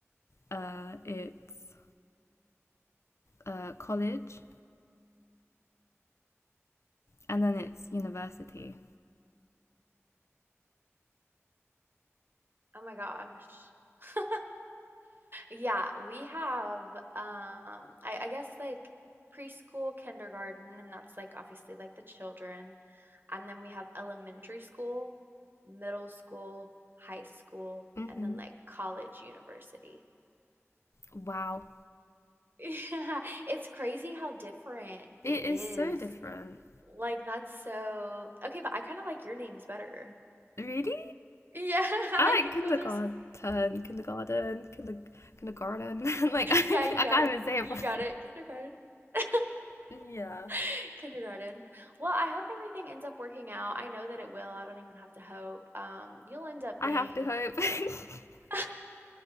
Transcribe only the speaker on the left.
uh, it's uh, college, and then it's university.
hmm
Wow,
it
is
so different.
Really?
I
like kindergarten,
kindergarten, kinder, kindergarten. <laughs> Like <laughs> I
can't
even say
it properly.
Yeah,
I
have to hope.
<laughs>